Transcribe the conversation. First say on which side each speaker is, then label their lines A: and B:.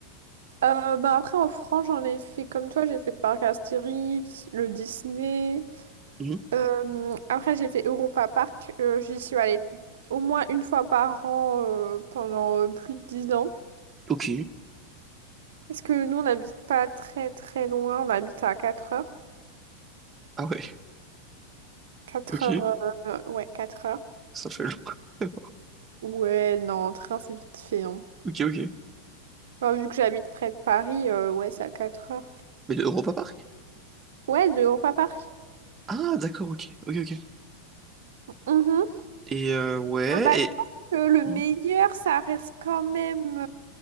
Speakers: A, on the right; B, on the right.
A: Euh, bah après, en France, j'en ai fait comme toi. J'ai fait le parc Astérix, le Disney.
B: Mhm.
A: Euh, après, j'ai fait Europa Park. Euh, j'y suis allée au moins une fois par an euh, pendant euh, plus de 10 ans.
B: Ok.
A: Parce que nous, on n'habite pas très très loin, on habite à 4 heures.
B: Ah ouais,
A: quatre
B: ok.
A: heures, euh, ouais, 4 heures.
B: Ça fait longtemps. <laughs>
A: Ouais, non, en train, c'est vite fait. hein.
B: Ok, ok.
A: Bah, vu que j'habite près de Paris, euh, ouais, c'est à 4 heures.
B: Mais de Europa Park?
A: Ouais, de Europa Park.
B: Ah, d'accord, ok. Ok, ok.
A: Mhm.
B: Et euh, ouais,
A: Euh, bah, je
B: et
A: pense que le
B: Mhm.
A: meilleur, ça reste quand même